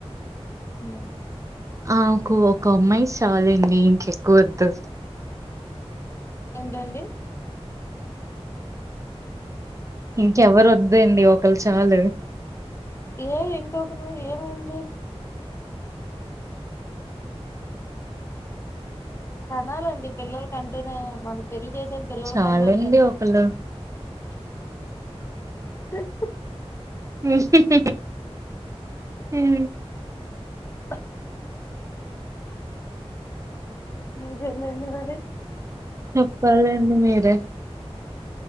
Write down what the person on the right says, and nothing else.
మాకు ఒక అమ్మాయి సాలండి ఇంకెక్కువ వద్దు.
ఇంకెవరు వద్దండి ఒకలు చాలు.
చాలండి
ఒకళ్ళు
ఉహుహు హు
చెప్పాలండి మీరే